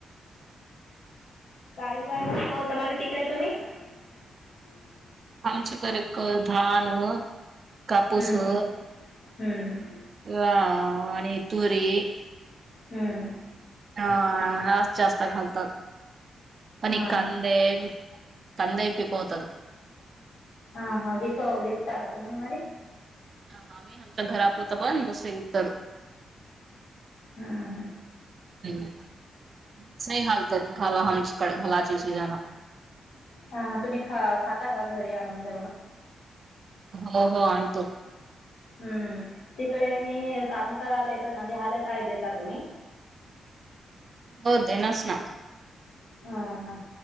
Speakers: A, on the left; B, on the right.
A: काय? <unintelligible> तुम्ही
B: आमच करक धानं कापूस
A: हम्म.
B: हं
A: हम्म.
B: <unintelligible> आणि तुरी
A: हम्म
B: हा आज जास्त घालतात आणि
A: हा
B: कांदे
A: हा
B: कांदे पिकवतात.
A: <inaudible> हा हा विक विकता का तुम्ही मारी
B: हा हा मी आमच्या घरापुत दुसरे विकतात
A: हम्म हम्
B: हम् मीच घालत <unintelligible> कड घलाज अस जाण
A: हा तुम्ही ख खाता का घरी आणून <unintelligible>
B: हो हो आणतो
A: हम्म तिकडे आणि काम करायला येतात <unintelligible> काय देता तुम्ही <inaudible>
B: हो देनास ना
A: ह ह